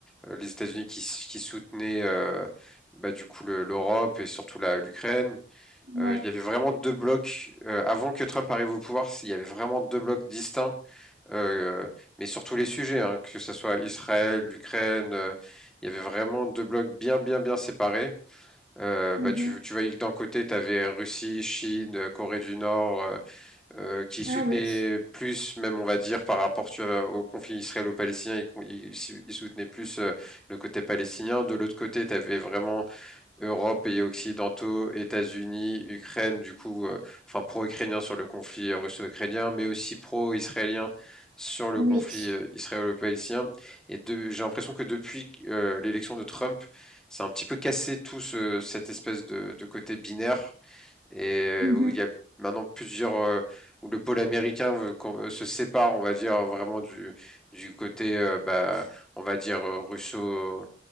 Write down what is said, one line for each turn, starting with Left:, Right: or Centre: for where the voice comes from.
Centre: euh, les États-Unis qui, s- qui soutenaient euh, bah, du coup le- l'Europe et surtout la, l'Ukraine.
Right: ouais,
Centre: Euh, il y avait vraiment deux blocs. euh, avant que Trump arrive au pouvoir, il y avait vraiment deux blocs distincts. euh, mais sur tous les sujets, hein, que ce soit Israël, l'Ukraine, euh, il y avait vraiment deux blocs bien, bien, bien séparés. Euh,
Right: mhm.
Centre: bah, tu, tu voyais que d'un côté, tu avais Russie, Chine, euh, Corée du Nord, euh, euh, qui soutenait
Right: Ah oui,
Centre: plus, même on va dire par rapport tu vois, au conflit israélo-palestinien, il, il soutenait plus euh, le côté palestinien. De l'autre côté, tu avais vraiment Europe, pays occidentaux, États-Unis, Ukraine, du coup, euh, enfin pro-ukrainien sur le conflit russo-ukrainien, mais aussi pro-israélien sur le
Right: oui,
Centre: conflit euh, israélo-palestinien. Et de, j'ai l'impression que depuis euh, l'élection de Trump, c'est un petit peu cassé tout ce, cette espèce de, de côté binaire et
Right: mhm,
Centre: euh, où il y a maintenant plusieurs euh, où le pôle américain veut qu'on- euh, se sépare, on va dire vraiment du du côté euh, bah on va dire euh, russo